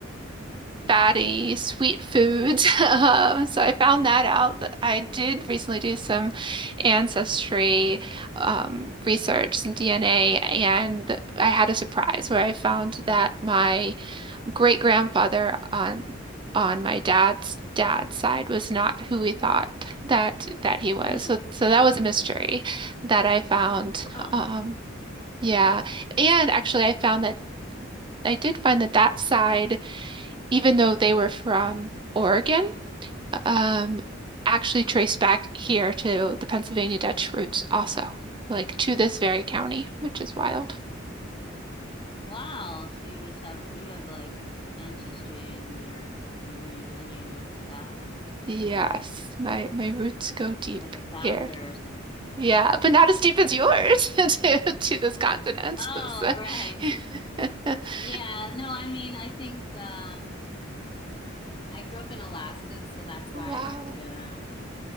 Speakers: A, on the right; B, on the left.
A: fatty, sweet foods. <laughs> Um, so I found that out. But I did recently do some ancestry um, research, some DNA, and I had a surprise where I found that my great grandfather on on my dad's dad's side was not who we thought that that he was.
B: Hmm.
A: So so that was a mystery that I found.
B: Oh.
A: Um, yeah, and actually I found that. I did find that that side even though they were from Oregon, um, actually trace back here to the Pennsylvania Dutch roots also, like to this very county, which is wild.
B: Wow. So you just have you have like ancestry in your, your where you're living in your locale.
A: Yes, my my roots go deep
B: Like a founder
A: here.
B: or something.
A: Yeah, but not as deep as yours <laughs> to to this continent.
B: Oh,
A: So-
B: right.
A: <laughs>
B: Yeah, no, I mean I think um I grew up in Alaska, so that's
A: Wow.
B: why I got to